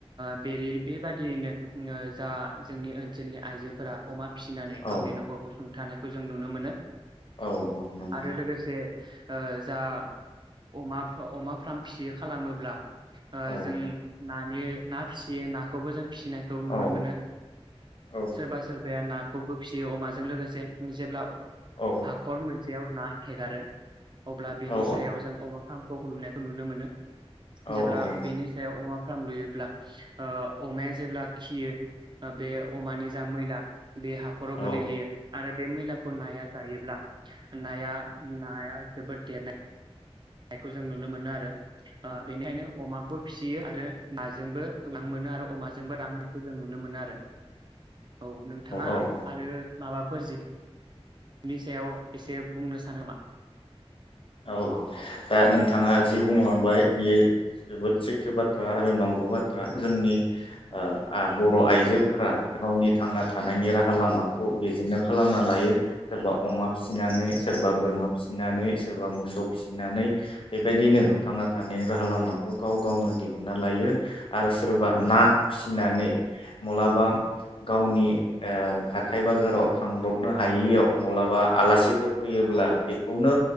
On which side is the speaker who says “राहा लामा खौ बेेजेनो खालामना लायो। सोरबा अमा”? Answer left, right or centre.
Left